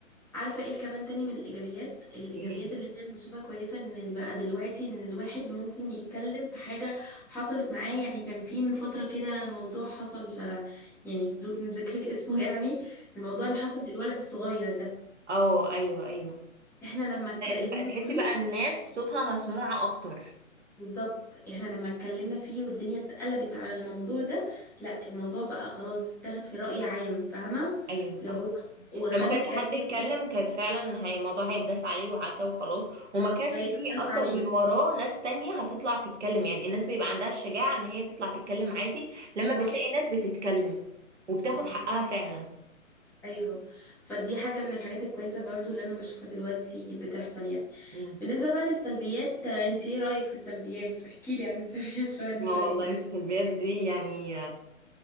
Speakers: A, in the centre; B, on the right.
A: عارفة ايه كمان تاني من الايجابيات الايجابيات
B: ايه
A: اللي هي أنا بشوفها كويسة ان بقى دلوقتي ان الواحد ممكن يتكلم في حاجة حصلت معاه يعني كان في من فترة كده موضوع حصل آه، يعني بدون ذكر <laughs> اسمه يعني الموضوع اللي حصل للولد الصغير ده
B: اه ايوه ايوه
A: احنا لما اتكلمنا
B: بقى تحسي
A: فيه
B: بقى الناس صوتها مسموعة اكتر
A: بالظبط احنا لما اتكلمنا فيه والدنيا اتقلبت على الموضوع ده لا الموضوع بقى خلاص اتاخد في رأي عام فاهمة
B: ايوه صح
A: لو واخدوا
B: لو ما كانش
A: بجد
B: حد اتكلم كانت فعلا هي الموضوع هيتداس عليه وعدى وخلاص وما كانش
A: زي
B: فيه
A: ما الناس
B: اصلا
A: عليه
B: من وراه ناس تانية هتطلع تتكلم يعني الناس بيبقى عندها الشجاعة ان هي تطلع تتكلم عادي لما بتلاقي
A: صح
B: الناس بتتكلم وبتاخد
A: بالظبط.
B: حقها فعلا
A: ايوه فدي حاجة من الحاجات الكويسة برضو اللي انا بشوفها دلوقتي بتحصل يعني
B: مم.
A: بالنسبة بقى للسلبيات آه، انت ايه رأيك في السلبيات احكي لي عن السلبيات شوية انت
B: اه
A: شايف-
B: والله السلبيات دي يعني